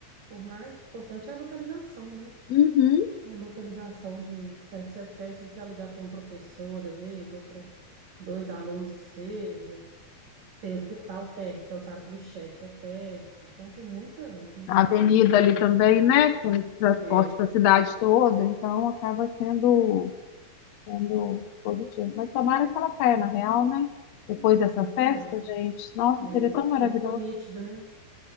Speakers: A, on the right; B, on the left.
A: o mais importante é a localização, né?
B: Uhum.
A: A localização de perto do Cefet, ele se alugar para um professor, às vezes, ou para dois alunos que seja. Tem hospital perto, que é o Sara Kubitschek, que é perto. Então, tem muita, muita...
B: a avenida ali também, né? Com transporte
A: É,
B: para a cidade toda, então acaba sendo, sendo positivo. Mas tomara que ela caia na real, né? Depois dessa
A: ai, tomara.
B: festa, gente, nossa,
A: né?
B: seria tão
A: porque
B: maravilhoso.
A: ficou nítido, né?